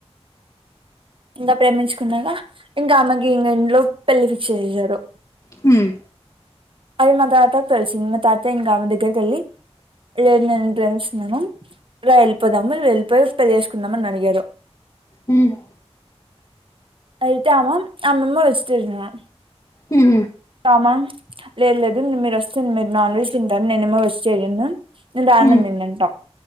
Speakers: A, on the right; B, on the left.
A: ఇంగ ప్రేమించుకున్నాక ఇంగా ఆమెకి ఇంగ ఇంట్లో పెళ్లి ఫిక్స్ చేసారు
B: హ్మ్
A: అది మా తాతకు తెలిసింది మా తాత ఇంగ ఆమె దగ్గరికెళ్ళి లేదు నేను ప్రేమిస్తున్నాను రా వెళ్ళిపోదాము వెళ్ళిపోయి పెళ్ళి చేసుకుందాము అని అడిగారు
B: ఉమ్
A: అయితే ఆమ అమ్మమ్మ వచ్చేసిందిగా
B: ఉహు
A: ఆమా లేదు లేదు మీరు వస్తుంరు మీరు నాన్ వెజ్ తింటారు నేనేమో వెజిటేరియన్ నేను రాననిందంటా
B: ఉమ్